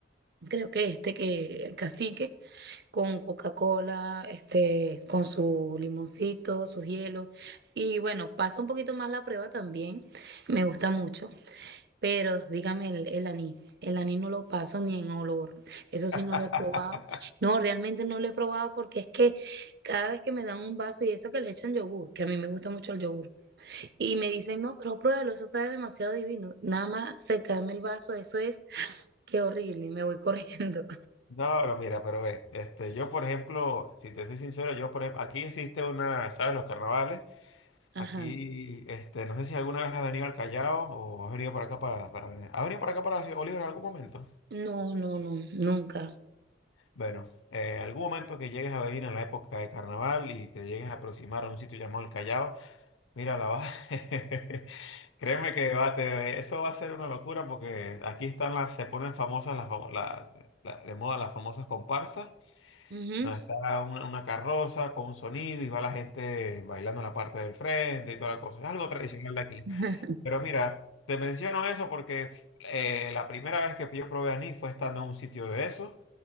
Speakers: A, on the right; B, on the left.
A: Creo que este que el cacique, con Coca-Cola, este, con su limoncito, sus hielos. Y bueno, pasa un poquito más la prueba también, me gusta mucho, pero dígame el, el anís. El anís no lo paso ni en olor, eso sí
B: <laughs>
A: no lo he probado. No, realmente no lo he probado porque es que cada vez que me dan un vaso y eso que le echan yogur, que a mí me gusta mucho el yogur, y me dicen, no, pero pruébalo, eso sabe demasiado divino. Nada más secarme el vaso, eso es, qué horrible, me voy corriendo.
B: No, pero mira, pero ve, este, yo por ejemplo, si te soy sincero, yo por ejemplo, aquí existe una, ¿sabes? Los carnavales,
A: <laughs>
B: aquí,
A: Ajá.
B: este, no sé si alguna vez has venido al Callao o has venido para acá para, para Vene- ¿has venido para acá para Ciudad Bolívar en algún momento?
A: No, no, no, nunca.
B: Bueno, eh, algún momento que llegues a venir en la época de carnaval y te llegues a aproximar a un sitio llamado el Callao, Mira, la va. <laughs> Créeme que va, te- eso va a ser una locura porque aquí están las, se ponen famosas las, famo- la- la- de moda las famosas comparsas,
A: Wow.
B: donde está una, una carroza con un sonido y va la gente bailando en la parte del frente y toda la cosa. Es algo tradicional de aquí.
A: <laughs>
B: Pero mira, te menciono eso porque eh, la primera vez que yo probé anís fue estando en un sitio de esos